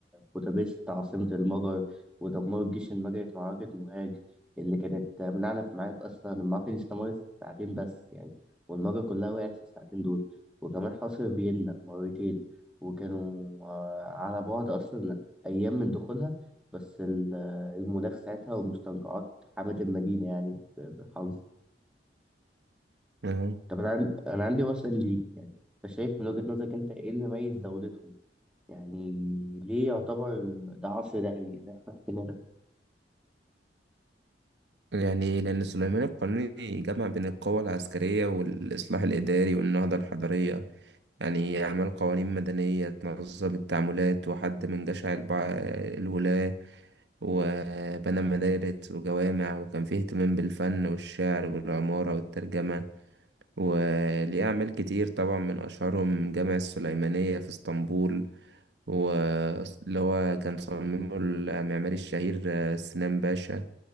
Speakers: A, in the centre; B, on the right.
A: بودابست عاصمة المجر ودمروا الجيش المجري في معركة مهاج اللي كانت منعنا في معارك أصلا المعركة دي استمرت ساعتين بس يعني والمجر كلها وقعت في الساعتين دول وكمان حاصر فيينا مرتين وكانوا آه، على بعد أصلا أيام من دخولها بس ال- المناخ ساعتها والمستنقعات حمت المدينة يعني ب- بالحظ
B: أهو.
A: طب انا عن- انا عندي وسائل ليك يعني انت شايف من وجهة نظرك انت ايه اللي ميز دولتهم يعني ليه يعتبر ده عصر ذهبي اللي احنا حكينا ده
B: يعني لأن سليمان القانوني جمع بين القوة العسكرية والإصلاح الإداري والنهضة الحضارية يعني عمل قوانين مدنية تنظم التعاملات وحد من جشع البع- الولاة وبنى مدارس وجوامع وكان فيه اهتمام بالفن والشعر والعمارة والترجمة وليه أعمال كتير طبعا من أشهرهم جامع السليمانية في اسطنبول واللي هو كان صممه المعماري الشهير آه، سنان باشا